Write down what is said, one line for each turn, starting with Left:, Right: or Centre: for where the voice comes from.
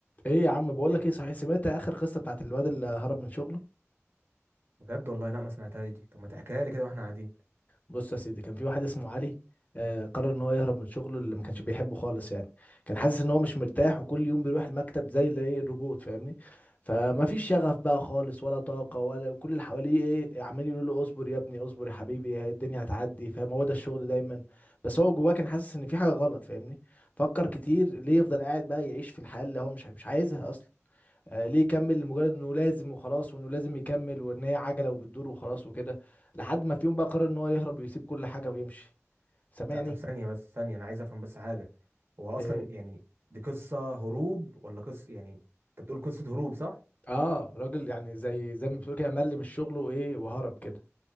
Left: ايه يا عم بقول لك ايه صحيح سمعت اخر قصه بتاعت الواد اللي هرب من شغله
Right: بجد والله لا ما سمعتهاش دي طب ما تحكيها لي كده واحنا قاعدين
Left: بص يا سيدي كان في واحد اسمه علي آه قرر ان هو يهرب من شغله اللي ما كانش بيحبه خالص يعني كان حاسس ان هو مش مرتاح وكل يوم بيروح المكتب زي اللي ايه الروبوت فاهمني فما فيش شغف بقى خالص ولا طاقه ولا كل اللي حواليه ايه عمالين يقولوا له اصبر يا ابني اصبر يا حبيبي الدنيا هتعدي فاهم هو ده الشغل دايما بس هو جواه كان حاسس ان في حاجه غلط فاهمني فكر كتير ليه يفضل قاعد بقى يعيش في الحياه اللي هو مش مش عايزها اصلا آه، ليه يكمل لمجرد انه لازم وخلاص وانه لازم يكمل وان هي عجله وبتدور وخلاص وكده لحد ما في يوم بقى قرر ان هو يهرب ويسيب كل حاجه ويمشي سامعني
Right: لا طب ثانية بس ثانية انا عايز افهم بس حاجة هو
Left: إيه،
Right: اصلا يعني دي قصة هروب ولا قصة يعني انت بتقول قصة هروب صح
Left: اه راجل يعني زي زي ما بتقول كده مل من الشغل وايه وهرب كده